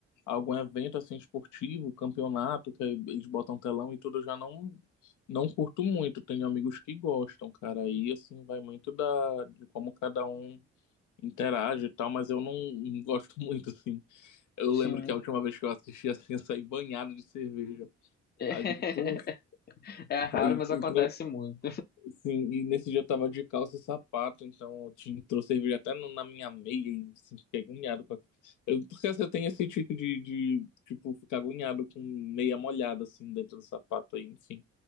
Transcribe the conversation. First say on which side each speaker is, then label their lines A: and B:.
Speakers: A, on the left; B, on the left.
A: algum evento, assim, esportivo, campeonato, que aí eles botam telão e tudo, eu já não, não curto muito. Tenho amigos que gostam, cara, aí, assim, vai muito da, de como cada um interage e tal, mas eu não, não gosto <laughs> muito, assim. Eu lembro
B: Sim.
A: que a última vez que eu assisti, assim, eu saí banhado de cerveja.
B: <laughs>
A: Aí eu digo, poxa,
B: É, raro,
A: aí
B: mas
A: então,
B: acontece muito.
A: Sim, e nesse dia eu tava de calça e sapato, então eu te- trouxe cerveja até no- na minha meia e assim, fiquei agoniado com aquilo. Eu- Porque assim, eu tenho esse tipo de, de, tipo, ficar agoniado com meia molhada, assim, dentro do sapato, aí, enfim.